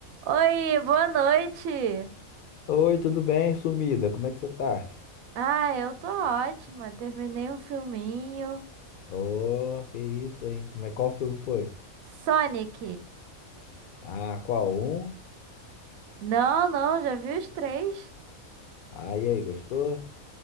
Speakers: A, on the right; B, on the left.
A: Oi, boa noite.
B: Oi, tudo bem, sumida? Como é que você tá?
A: Ah, eu tô ótima. Terminei um filminho.
B: Ô, que isso, hein? Como é, qual filme foi?
A: Sonic.
B: Ah, qual um?
A: Não, não, já vi os três.
B: Ah, e aí, gostou?